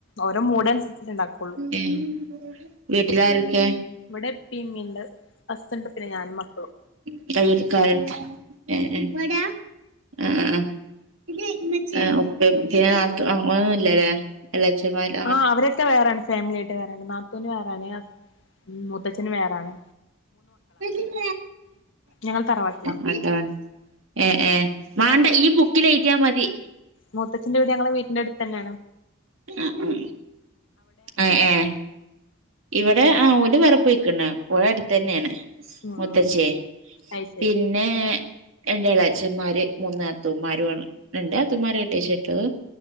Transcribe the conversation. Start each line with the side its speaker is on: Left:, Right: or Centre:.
Left: ഓരോ മൂഡ് അന്സരിച്ചിട്ടേ ഒണ്ടാക്കുള്ളൂ
Right: ഉം വീട്ടില് ആരൊക്കെ
Left: ഇവടെ ഇപ്പേയൊ ഇമ്മേ ഇണ്ട് അസ്ബെൻൻ്റെ പിന്നെ ഞാനും മക്കളും
Right: <unintelligible> യെ യെ ആഹ് <unintelligible> എല്ലാച്ച്മ്മാരും
Left: ആഹ് അവരൊക്കെ വേറാണ് ഫാമിലിയായിട്ട് വേറെ ആണ് നാത്തൂന് വേറെ ആണ് മുത്താച്ഛന് വേറെ ആണ്
Right: ഉം
Left: ഞങ്ങൾ തറവാട്ടിലാ
Right: വേണ്ടാ വെ <unintelligible> എഹ് എഹ് മാണ്ടാ ഈ ബുക്കില് എഴുതിയ മതി
Left: മൂത്താച്ഛൻ്റെ വീട് ഞങ്ങളെ വീട്ടിന്റെ അട്ത്ത് അന്നെയാണ്
Right: ആഹ് ആഹ് എഹ് ഇവടെ ആഹ് ഒര് <unintelligible> ഓര് അട്ത്ത് അന്നെയാണ്
Left: ഉം
Right: മൂത്തച്ചേയ്
Left: ഉം
Right: പിന്ന
Left: അത് ശരി
Right: പിന്നെ എന്റെ ഇളയച്ചന്മാര് മൂന്ന് നാത്തൂൻമാരും ആണ്. രണ്ട് നാത്തൂൻമാരേ കെട്ടിച്ച് വിട്ടു പി,,